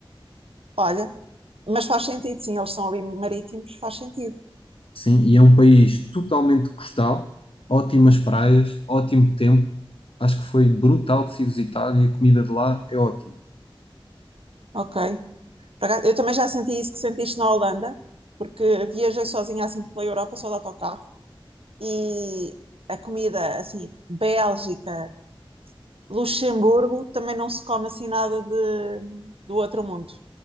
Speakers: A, on the right (about 80°); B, on the left (about 75°).
A: olha, mas faz sentido, sim, eles são ali marítimos, faz sentido,
B: Sim, e é um país totalmente costal, ótimas praias, ótimo tempo. Acho que foi brutal de se visitar e a comida de lá é ótima.
A: ok. Por acaso, Eu também já senti isso que sentiste na Holanda, porque viajei sozinha assim pela Europa, só de autocarro, e a comida, assim, Bélgica, Luxemburgo também não se come assim nada de, do outro mundo.